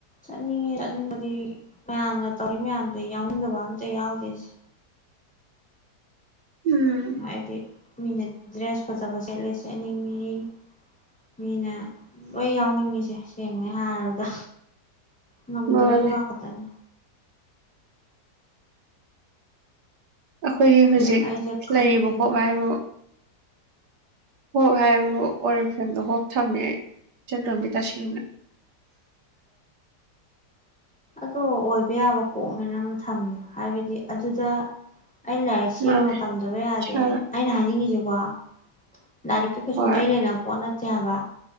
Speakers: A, in the centre; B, on the right (about 75°).
A: ꯆꯠꯅꯤꯡꯉꯦ ꯆꯠꯅꯤꯡꯕꯗꯤ ꯃꯌꯥꯝꯅ ꯇꯧꯔꯤ ꯃꯌꯥꯝꯗ ꯌꯥꯎꯅꯤꯡꯗꯕ ꯑꯝꯇ ꯌꯥꯎꯗꯦ ꯁꯦ
B: ꯎꯝ
A: ꯍꯥꯏꯕꯗꯤ ꯃꯤꯅ ꯗ꯭ꯔꯦꯁ ꯐꯖꯕ ꯁꯦꯠꯂꯦ ꯁꯦꯠꯅꯤꯡꯉꯤ ꯃꯤꯅ ꯂꯣꯏ ꯌꯥꯎꯅꯤꯡꯉꯤꯁꯦ ꯌꯦꯡꯅꯦ ꯍꯥꯏꯔꯕꯗ ꯉꯝꯗꯕꯩ
B: ꯃꯥꯅꯦ
A: ꯋꯥꯈꯛꯇꯅꯤ
B: ꯑꯩꯈꯣꯏꯒꯤ ꯍꯧꯖꯤꯛ
A: ꯑꯗꯨꯅ ꯑꯩꯁꯦ ꯈꯟꯕꯅꯤ
B: ꯂꯩꯔꯤꯕ ꯍꯣꯞ ꯍꯥꯏꯕꯨ ꯍꯣꯞ ꯍꯥꯏꯕꯕꯨ ꯑꯣꯔꯤꯐꯦꯝꯗ ꯍꯣꯞ ꯊꯝꯃꯦ ꯑꯩ ꯏꯆꯟꯇꯣꯝꯕꯤ ꯇꯁꯦꯡꯅ
A: ꯑꯗꯣ ꯑꯣꯏꯕ ꯌꯥꯕ ꯀꯣꯛꯅꯦ ꯅꯪꯅ ꯊꯝꯃꯦ ꯍꯥꯏꯕꯗꯤ ꯑꯗꯨꯗ ꯑꯩ ꯂꯥꯏꯔꯤꯛ ꯁꯤ
B: ꯃꯥꯅꯦ
A: ꯌꯧꯅ ꯇꯝꯗꯕ ꯌꯥꯗꯦ
B: ꯏꯁꯥꯗ
A: ꯑꯩꯅ ꯍꯥꯏꯅꯤꯡꯉꯤꯁꯤ ꯋꯥ ꯂꯥꯏꯔꯤꯛꯀ ꯀꯩꯁꯨ
B: ꯍꯣꯏ
A: ꯃꯔꯤ ꯂꯩꯅꯕ ꯄꯣꯠ ꯅꯠ ꯌꯥꯕ